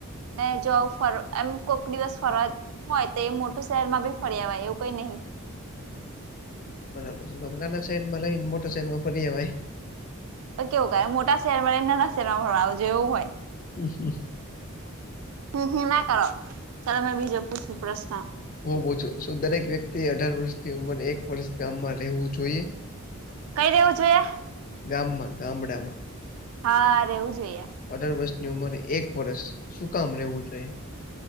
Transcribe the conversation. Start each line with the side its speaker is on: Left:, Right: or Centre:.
Right: ને જો ફર એમ કોક દિવસ ફરવા હોય તો એ મોટું શહેરમાં બી ફરી અવાય એવું કઈ નહી.
Left: બરાબર છે તો નાના શહેરમાં રહીને મોટા શહેરમાં ફરી અવાય.
Right: તો કેવુ કાઈ મોટા શહેરમાં રહીને નાના શહેરમાં પણ જેવું હોય.
Left: હમ્મ-
Right: હમ હમ ના કરો ચલો મેં બીજો પૂછું પ્રશ્ન.
Left: હું પૂછું શું દરેક વ્યક્તિએ અઢાર વર્ષની ઉમરે એક વરસ ગામમાં રહેવું જોઈએ?
Right: કઈ રેવું જોઈએ?
Left: ગામમાં ગામડામાં
Right: હા રેવું જોઈએ.
Left: અઢાર વર્ષની ઉંમરે એક વરસ શું કામ રેવું જોઈએ?